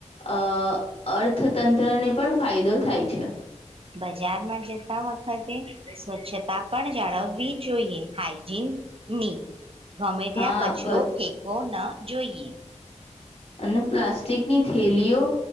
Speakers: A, on the left; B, on the right.
A: અ અર્થ તંત્રને પણ ફાયદો થાય છે.
B: બજારમાં જતા વખતે સ્વચ્છતા પણ જાળવવી જોઈએ. હાઈજીનની ગમે ત્યા
A: હા
B: કચરો
A: ક
B: ફેંકવો ન જોઈએ.
A: અને પ્લાસ્ટિકની થેલીઓ